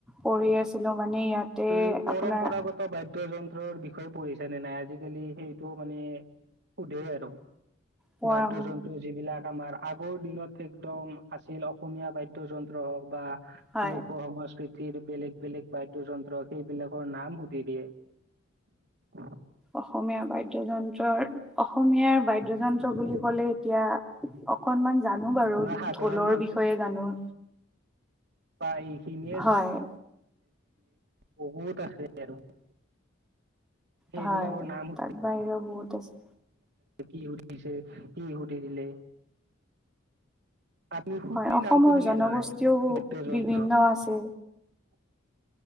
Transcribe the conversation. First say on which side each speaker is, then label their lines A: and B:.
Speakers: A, in the centre; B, on the right.
A: পঢ়ি আছিলো মানে। ইয়াতে
B: এই পৰম্পৰাগত
A: আপোনাৰ
B: বাদ্য যন্ত্ৰৰ বিষ বিষয়ে পঢ়িছে নে নাই? আজিকালি সেইটোও মানে সুধে আৰু।
A: পৰম
B: বাদ্য যন্ত্ৰ যিবিলাক আমাৰ আগৰ দিনত একদম আছিল অসমীয়া বাদ্য যন্ত্ৰ হওক বা
A: হয়
B: লোক সংস্কৃতিৰ বেলেগ বেলেগ বা দ্য যন্ত্ৰ সেইবিলাকৰ নাম সুধি দিয়ে।
A: অসমীয়া বাদ্যযন্ত্ৰৰ অসমীয়াৰ বাদ্যযন্ত্ৰ বুলি কলে এতিয়া অকনমান জানো বাৰু।
B: আমাৰ সাধাৰণ
A: ঢোলৰ বিষয়ে জানো।
B: বা এইখিনিয়ে
A: হয়
B: বহুত। <unintelligible> সেইবিলাকৰ
A: হয়
B: নাম <unintelligible>
A: তাত বাহিৰেও বহুত আছে
B: কি <unintelligible> কি হুটি দিলে। আপনি সুটলিৰ
A: হয় অসমৰ
B: নামটো শুনিছে
A: জনগোষ্ঠীও
B: নে নাই বাদ্যযন্ত্ৰ।
A: বিভিন্ন আছে
B: <inaudible>